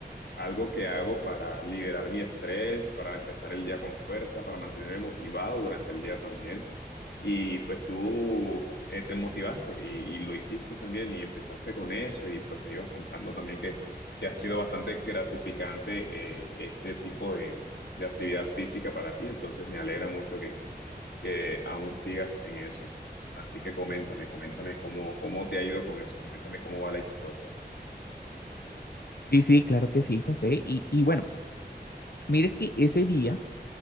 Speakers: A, on the left; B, on the left.
A: algo que hago para liberar mi estrés, para empezar el día con fuerza, para mantenerme motivado durante el día también. Y pues tú eh, te motivaste y, y lo hiciste también y empezaste con eso y pues me ibas contando también que, que ha sido bastante gratificante eh, este tipo de, de actividad física para ti. Entonces me alegra mucho que, que aún sigas en eso. Así que coméntame, coméntame cómo, cómo te ha ido con eso, coméntame cómo va la historia.
B: Sí, sí, claro que sí, José. Y, y bueno, mire que ese día,